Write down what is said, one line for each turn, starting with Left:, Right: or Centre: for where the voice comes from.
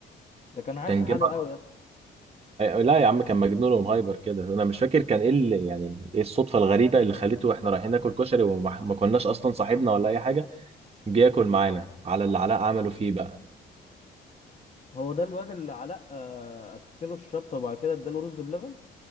Left: ده كان عارف
Right: كان
Left: حاله
Right: جه مر-
Left: قوي يا اسطى
Right: لا يا عم كان مجنون ومهايبر كده انا مش فاكر كان ايه اللي يعني ايه الصدفه الغريبه اللي خليته احنا رايحين ناكل كشري وما ما كناش اصلا صاحبنا ولا اي حاجه جه ياكل معانا على اللي علاء عمله فيه بقى
Left: هو ده الواد اللي علاء آه، اكله الشطه وبعد كده اداله رز بلبن